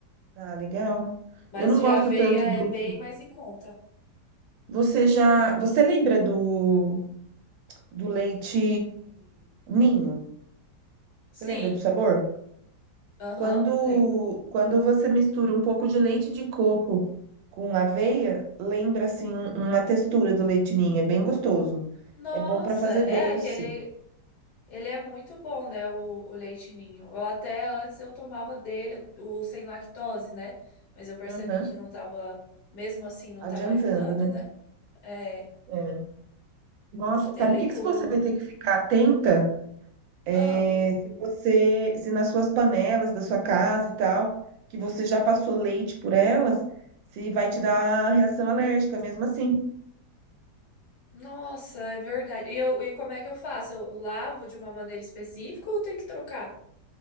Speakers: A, on the right; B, on the left.
A: Ah, legal.
B: Mas
A: Eu não
B: de
A: gosto
B: aveia
A: tanto do.
B: é bem mais em conta.
A: Você já. Você lembra do, do leite ninho? Você
B: Sim,
A: lembra do sabor?
B: aham,
A: Quando,
B: lembro.
A: quando você mistura um pouco de leite de coco com aveia, lembra assim um- uma textura do leite ninho, é bem gostoso.
B: Nossa,
A: É bom para fazer
B: é
A: doce.
B: aquele. Ele é muito bom, né, o, o leite ninho. Eu até antes eu tomava dele, o sem lactose, né? Mas eu percebi
A: Aham,
B: que não tava, mesmo assim, não
A: Adiantando,
B: tava ajudando,
A: né?
B: né? É,
A: É. Nossa, sabe
B: ele
A: o que
B: com...
A: que você vai ter que ficar atenta? É,
B: Ah,
A: se você, se nas suas panelas da sua casa e tal, que você já passou leite por elas, se vai te dar reação
B: hum,
A: alérgica mesmo assim.
B: nossa, é verdade. E, eu, e como é que eu faço? Eu lavo de uma maneira específica ou tem que trocar?